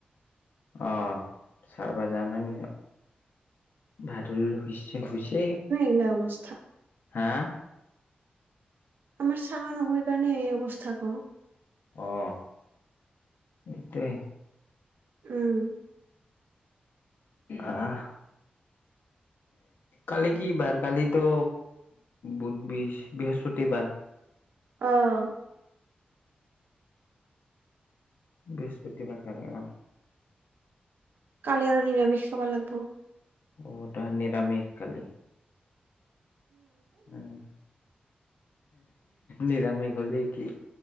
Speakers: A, on the left; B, on the right.
A: অ', চাবা জানানে ভাত হল হৈছে হৈছে।
B: বোলে অৱস্থা
A: হাঁ
B: আমাৰ চাৱা নহয় কাৰণে এই অৱস্থা ক।
A: অ', সেইটোৱেই।
B: উম,
A: আহ কালি কি বাৰ কালিতো বোধ বৃহ বৃহস্পতিবাৰ।
B: অ'
A: বৃহস্পতিবাৰ কাৰণে অ'
B: কালি আৰু নিৰামিষ খাবা লাগব।
A: অ তই নিৰামিষ খালি? উম, নিৰামিষ বুলি কি